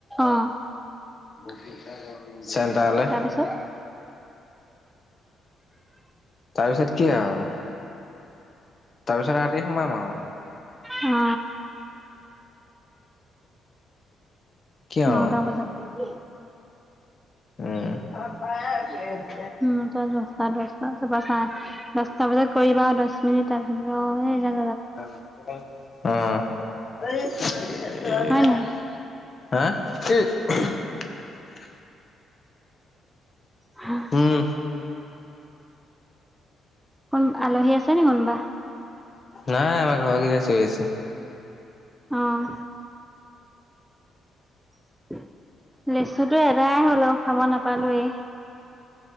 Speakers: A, in the centre; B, on the left.
A: অ।
B: বগীতৰা ইউনিভাৰ্চিটি ইচ্ চেণ্টাৰলে
A: তাৰপিছত
B: তাৰপিছত কি আৰু তাৰপিছত ৰাতি সোমাম আৰু
A: অ
B: কি
A: নটা
B: আও
A: বজাত হি হি।
B: উম, নাপায় দে
A: উম নটা দশটা-দশটা তাৰপৰা চাৰে দশটা বজাত কৰিবা দশ মিনিটৰ পিছত ৱহে জাগ
B: দাদা শুইছো নে উম। হেচ্ছ ইয়া ইয়া
A: হয়
B: লা
A: নাই
B: লা ল হা ছিট্ অহ্।
A: হাহ
B: উম
A: কোন আলহী আছে নি কোনবা?
B: নাই আমাৰ ঘৰৰ কেইটা আছ ঠিক আছে।
A: অঁ, ঠু ঠু ঠু ঠু লেচুতটো এটাই হ'ল খাব নাপালোয়েই